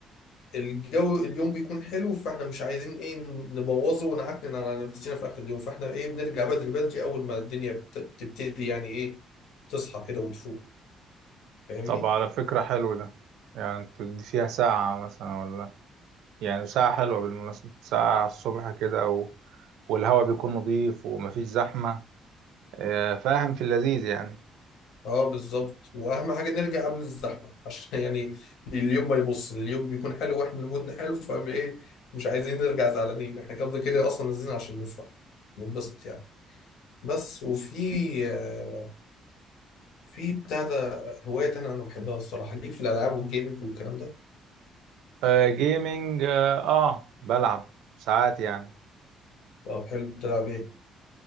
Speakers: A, on the left; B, on the right.
A: الجو اليوم بيكون حلو فاحنا مش عايزين ايه نبوظه ونعكنن على نفسنا في اخر اليوم فاحنا ايه بنرجع بدري بدري اول ما الدنيا بت- بتبتدي يعني ايه تصحى كده وتفوق فاهمني
B: طب على فكرة حلو ده يعني انتوا دي فيها ساعة مثلا ولا يعني ساعة حلوة بالمناسبة ساعة الصبح كده و... والهواء بيكون نظيف ومفيش زحمة آه، فاهم في اللذيذ يعني
A: اه بالظبط واهم حاجه نرجع قبل الزحمه <laughs> عشان يعني اليوم ما يبص اليوم بيكون حلو واحنا مودنا حلو فاهم ايه مش عايزين نرجع زعلانين احنا كده كده اصلا نازلين عشان نفرح ننبسط يعني بس وفي آه، في بتاع ده هوايه تانية انا بحبها الصراحه ليك في الالعاب والجيمنج والكلام ده
B: آه، جيمينج اه آه، بلعب ساعات يعني
A: طب حلو بتلعب ايه